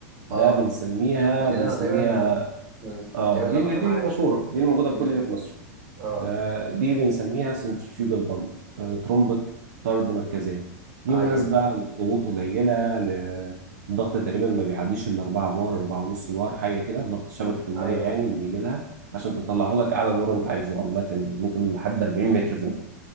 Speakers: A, on the right; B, on the right.
A: ده
B: اه
A: بنسميها
B: ما دي
A: بنسميها
B: اللي انا تقريبا امم
A: اه
B: تقريبا اللي
A: دي اللي
B: لقطه
A: دي
B: معايا
A: المشهورة
B: يعني
A: دي الموجودة في كل
B: امم
A: بيت مصري
B: اه
A: آه، دي بنسميها سنترفيوجال بامب ترمبة طرد مركزية دي
B: ايوه
A: مناسبة لضغوط قليلة ل- الضغط تقريبا ما بيعديش ال 4 بار 4 ونص بار حاجة كده ضغط شبكة المية
B: ايوه
A: يعني
B: ايوه
A: اللي بيجي لها عشان تطلعه لك أعلى دور أنت عايزه عامة يعني ممكن لحد 40 متر فوق